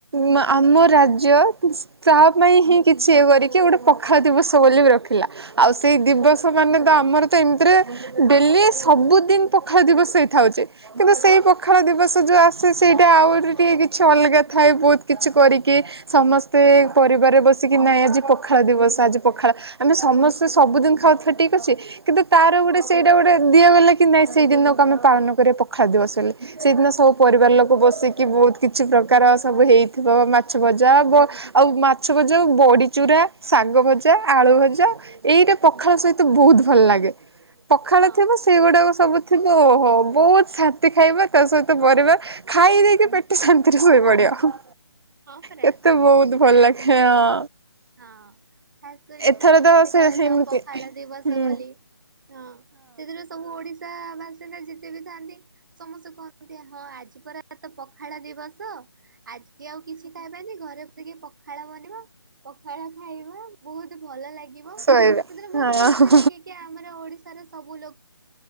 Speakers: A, on the right (about 65°); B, on the right (about 45°).
A: ମ୍ ଆମ ରାଜ୍ୟ ତା ପାଇଁ ହିଁ କିଛି ଇଏ କରିକି ଗୋଟେ ପଖାଳ ଦିବସ ବୋଲି ବି ରଖିଲା। ଆଉ ସେଇ ଦିବସ ମାନେ ତ ଆମର ତ ଏମିତିରେ ଡେଲି ସବୁଦିନ ପଖାଳ ଦିବସ ହେଇଥାଉଛି କିନ୍ତୁ ସେଇ ପଖ ପାଖଳ ଦିବସ ଯେଉଁ ଆସେ ସେଇଟା ଆହୁରି ଟିକେ କିଛି ଅଲଗା ଥାଏ ବହୁତ କିଛି କରିକି ସମସ୍ତେ ପରିବାର ବସିକି ନାଇଁ ଆଜି ପଖାଳ ଦିବସ ଆଜି ପଖାଳ ଆମେ ସମସ୍ତେ ସବୁଦିନ ଖାଉଥିବା ଠିକ ଅଛି। କିନ୍ତୁ ତାର ଗୋଟେ ସେଇଟା ଗୋଟେ ଦିଆଗଲା କି ନାଇଁ ସେଇ ଦିନକୁ ଆମେ ପାଳନ କରିବା ପଖାଳ ଦିିବସ ଲେ। ସେଇଦିନ ସବୁ ପରିବାର ଲୋକ ବସିକି ବହୁତ କିଛି ପ୍ରକାର ସବୁ ହେଇଥିବ ମାଛ ଭଜା ଆଉ ମାଛ ଭଜାଉ ବଡ଼ିଚୁରା ଶାଗ ଭଜା ଆଳୁ ଭଜା ଏଇଟା ପଖାଳ ସହିତ ବହୁତ ଭଲ ଲାଗେ। ପଖାଳ
B: ହଁ
A: ଥିବ ସେଇଗୁଡାକ ସବୁ ଥିବ ଓହୋ ବହୁତ ସାନ୍ତି ଖାଇବା ତା ସହିତ ପରିବାର ଖାଇଦେଇକି ପେଟ ଶାନ୍ତିରେ ଶୋଇ ପଡିବ।
B: ହଁ ପରା।
A: କେତେ ବହୁତ ଭଲ ଲାଗେ ହଁ।
B: ହଁ ଖାସ କରିକି
A: ଏଥର
B: ତମେ
A: ତ
B: ଯେମିତି
A: ସେ
B: କହିଲ
A: ସେମିତି
B: ଆଉ ପଖାଳ
A: ହୁଁ
B: ଦିବସ ବୋଲି ହଁ ସେଥିରୁ ସବୁ ଓଡିଶା ବାସି ନା ଯେତେ ବି ଥାନ୍ତି ସମସ୍ତେ କୁହନ୍ତି ହଁ ଆଜି ପରା ତ ପଖାଳ ଦିବସ ଆଜି କିିଏ ଆଉ କିଛି ଖାଇବାନି ଘରେ ବସିକି ପଖାଳ ବନିବ ପଖାଳ ଖାଇବା ବହୁତ ଭଲ ଲାଗିବ
A: ଶୋଇବା
B: ସେଥିରେ ବହୁତ
A: ହଁ
B: ଖୁସି ଲାଗେ କି ଆମର ଓଡିଶା ସର ସବୁ ଲୋକ